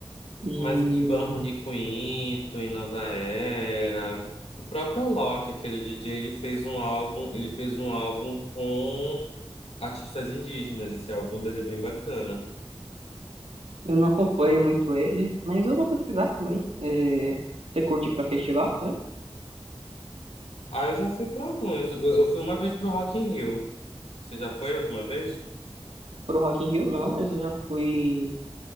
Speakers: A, on the right; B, on the left.
A: E
B: Mas Iban Rony Quinto, e Nova Era. O próprio Alok, aquele DJ, ele fez um álbum, ele fez um álbum com artistas indígenas. Esse álbum dele é bem bacana.
A: eu não acompanho muito ele, mas eu vou pesquisar também. É, você curte para festival também?
B: Ah, eu já fui para alguns. Eu, eu fui uma vez pro Rock in Rio. Você já foi alguma vez?
A: Pro Rock in Rio não, mas eu já fui